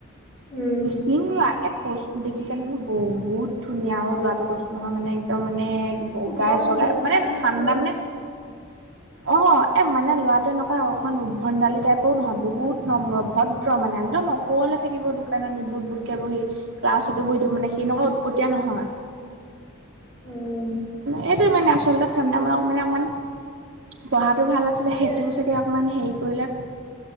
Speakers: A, on the left; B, on the right.
A: উম,
B: চিং লোৱা এক কচু দেখিছোনে বহুত ধুনীয়া অ, লৰাটো কৈছো নহয় মানে। দম মানে বগাই
A: মই
B: চগাই
A: নিউজটো
B: মানে
A: পাইছিলো
B: ঠাণ্ডা মানে অ' এ মানে ল'ৰাটো এনেকুৱা
A: কিন্তু
B: অকণমান উদ্ভণ্ডালি টাইপৰও নহয় বহুত নম্ৰ, ভদ্ৰ মানে একদম অকলে থাকিব দোকানত নি বুট বুটকৈ বহি। ক্লাছতো বহি মানে সি নহয় উৎপতিয়া নহয়।
A: উম
B: এইটোৱে মানে আচলতে ঠাণ্ডা মান মানে অকমান, পঢ়াটো ভাল আছিলে
A: সেইটোৱে।
B: সেইটোও চাগে অকণমান হেৰি কৰিলত